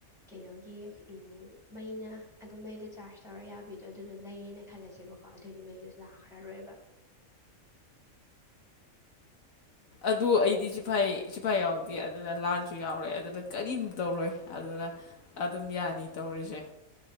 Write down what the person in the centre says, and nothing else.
ꯀꯩꯅꯣꯒꯤ ꯃꯩꯅ ꯑꯗꯨꯝ ꯃꯩꯗ ꯆꯥꯔꯖ ꯇꯧꯔ ꯌꯥꯕꯤ꯫ ꯗꯣ ꯑꯗꯨꯗꯣ ꯂꯩꯔꯦꯅ ꯈꯜꯂꯁꯦꯕꯀꯣ ꯑꯗꯨꯑꯣꯏꯗꯤ ꯃꯩꯗꯣ ꯂꯥꯛꯈ꯭ꯔꯔꯣꯏꯕ